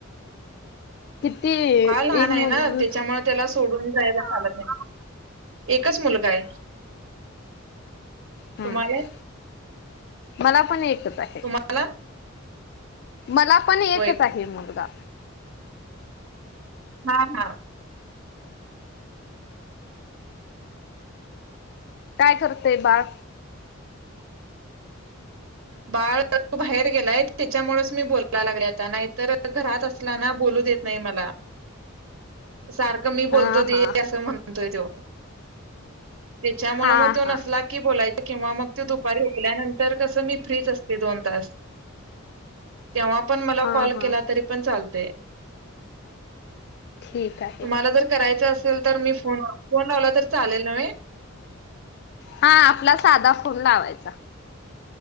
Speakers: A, on the left (about 55°); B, on the right (about 75°).
A: किती
B: बाळ लहान
A: एक मुल
B: आहे, ना त्याच्यामुळे त्याला सोडून जायला चालत नाही. एकच मुलगा आहे.
A: ह हम
B: तुम्हाला?
A: मला पण एकच आहे.
B: तुम्हाला?
A: मला पण एकच
B: होय.
A: आहे मुलगा.
B: हा. हा.
A: काय करतंय बाळ?
B: बाळ तू बाहेर गेलाय, त्याच्यामुळेच मी बोलायला लागले आता नाहीतर घरात असलाना बोलू देत नाही मला. सारखं मी
A: हा
B: बोलतो
A: हा
B: दे असं म्हणतोय त्यो. त्याच्यामुळे
A: हा
B: मग तो
A: हा
B: नसला की, बोलायच. किंवा मग तो दुपारी झोपल्यानंतर. तसं मी फ्रीच असते, दोन तास. तेव्हा पण मला
A: हा
B: कॉल
A: हा
B: केला तरी पण चालतय.
A: ठीक आहे
B: तुम्हाला जर करायचं असल असल तर मी फोन, फोन लावला तर चालेल नव्हे.
A: हा आपला साधा फोन लावायचा.